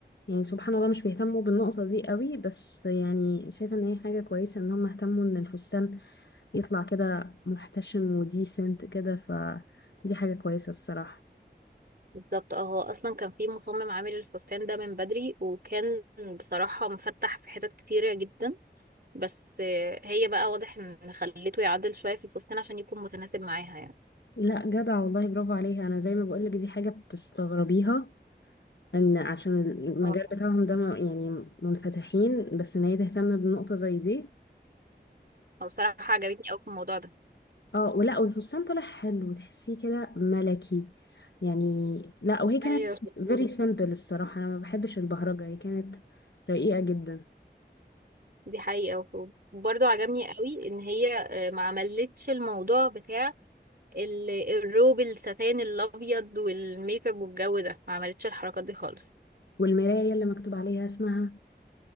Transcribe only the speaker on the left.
يعني سبحان الله مش بيهتموا بالنقطة دي قوي بس يعني شايفة ان هي حاجة كويسة ان هم اهتموا ان الفستان يطلع كده محتشم وديسنت كده فدي حاجة كويسة الصراحة
لا جدع والله برافو عليها انا زي ما بقولك دي حاجة بتستغربيها ان عشان المجال
بتاعهم ده م- يعني منفتحين بس ان هي تهتم بنقطة زي دي
اه ولا والفستان طلع حلو تحسيه كده ملكي يعني لا وهي كانت
very simple الصراحة انا ما بحبش البهرجة هي كانت رقيقة جدا
والمراية اللي مكتوب عليها اسمها